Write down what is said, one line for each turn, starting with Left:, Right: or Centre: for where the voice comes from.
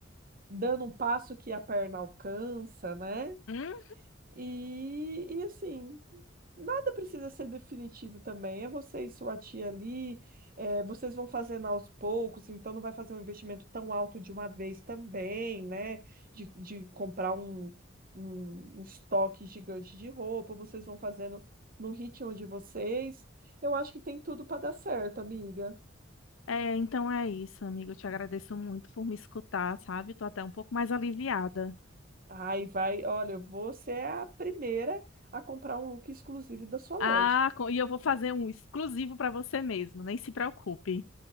Right: dando um passo que a perna alcança, né?
Left: Hum?
Right: E, e assim, Nada precisa ser definitivo também. É você e sua tia ali, é, vocês vão fazendo aos poucos, então não vai fazer um investimento tão alto de uma vez também, né? De, de comprar um, um, um estoque gigante de roupa, vocês vão fazendo no ritmo de vocês. Eu acho que tem tudo para dar certo, amiga.
Left: É, então é isso, amigo. Eu te agradeço muito por me escutar, sabe? Tô até um pouco mais aliviada.
Right: Ai, vai, olha, você é a primeira a comprar um look exclusivo da sua
Left: Ah,
Right: loja.
Left: co- e eu vou fazer um exclusivo para você mesmo, nem se preocupe.